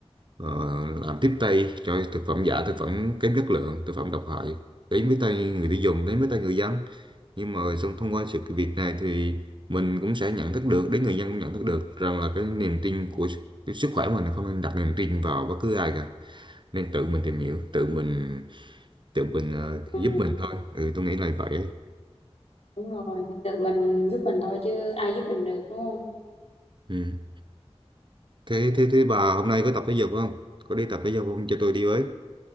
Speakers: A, on the right; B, on the left.
A: ờ, làm tiếp tay cho thực phẩm giả thực phẩm kém chất lượng thực phẩm độc hại đến với tay người tiêu dùng đến với tay người dân nhưng mà xong thông qua sự việc này thì mình cũng sẽ nhận thức được đến người dân cũng nhận thức được rằng là cái niềm tin của cái sức khỏe mình không nên đặt niềm tin vào bất cứ ai cả nên tự mình tìm hiểu tự mình tự mình ờ,
B: Ừ,
A: giúp mình thôi ừ, tôi nghĩ là vậy ấy.
B: đúng rồi, thì tự mình giúp mình thôi chứ ai giúp mình được đúng không?
A: Ừ. thế thế thế bà hôm nay có tập thể dục không có đi tập thể dục không cho tôi đi với